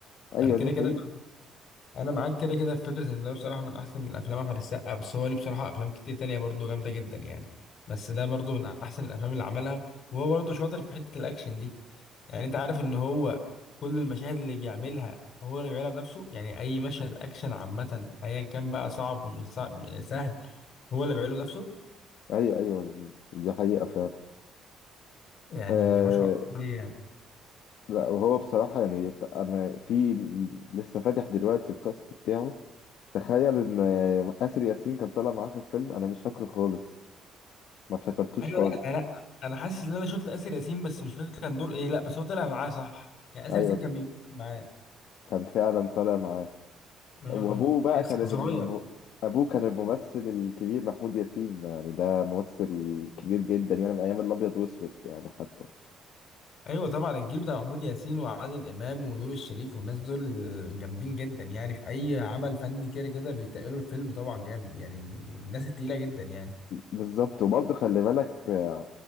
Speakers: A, on the left; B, on the left.
A: أيوه
B: انا كده
A: دي حقيقة
B: كده انا معاك كده كده في فكره ان ده بصراحه من احسن الافلام احمد السقا بس هو ليه بصراحه افلام كتير تانية برضو جامده جدا يعني بس ده برضو من احسن الافلام اللي عملها وهو برضو شاطر في حته الاكشن دي يعني انت عارف ان هو كل المشاهد اللي بيعملها هو اللي بيعملها بنفسه يعني اي مشهد اكشن عامه ايا كان بقى صعب مش صعب مش سهل هو اللي بيعمله بنفسه
A: أيوه أيوه دي حقيقة فعلا
B: يعني
A: آه
B: ما شاء الله عليه يعني
A: لا وهو بصراحة يعني ت- أنا في لسه فاتح دلوقتي الكاست بتاعه تخيل إن آه، آسر ياسين كان طالع معاه في الفيلم أنا مش فاكره خالص ما افتكرتوش
B: ايوه
A: خالص
B: لا انا لا انا حاسس ان انا شفت اسر ياسين بس مش فاكر كان دور ايه لا بس هو طلع معاه صح يعني اسر
A: ايوه
B: ياسين كان بيمثل معاه
A: كان فعلا طالع معاه
B: اه
A: وابوه
B: اه
A: بقى
B: بس
A: كان
B: كان
A: الم...
B: صغير
A: ابوه كان الممثل الكبير محمود ياسين يعني ده ممثل كبير جدا يعني من ايام الابيض واسود يعني حتى
B: ايوه طبعا الجيل بتاع محمود ياسين وعادل امام ونور الشريف والناس دول جامدين جدا يعني في اي عمل فني كده كده بيتقلوا الفيلم طبعا جامد يعني من الناس التقيله جدا يعني
A: بالظبط وبرضه خلي بالك آه،